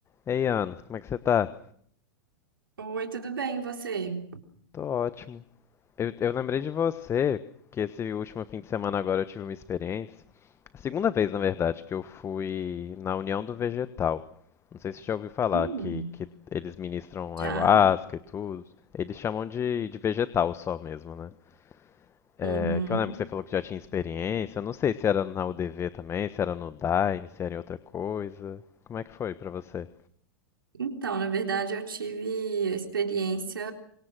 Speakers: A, on the left (about 25°); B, on the right (about 80°).
A: Ei, Ana, como é que você tá?
B: Oi, tudo bem, e você?
A: Tô ótimo. Eu, eu lembrei de você, que esse último fim de semana agora eu tive uma experiência. A segunda vez, na verdade, que eu fui na União do Vegetal. Não sei se você já ouviu falar
B: Hum,
A: que, que eles ministram ayahuasca
B: já?
A: e tudo. Eles chamam de, de vegetal só mesmo, né? É,
B: Uhum.
A: que eu lembro que você falou que já tinha experiência. Eu não sei se era na UDV também, se era no Daime, se era em outra coisa. Como é que foi pra você?
B: Então, na verdade, eu tive experiência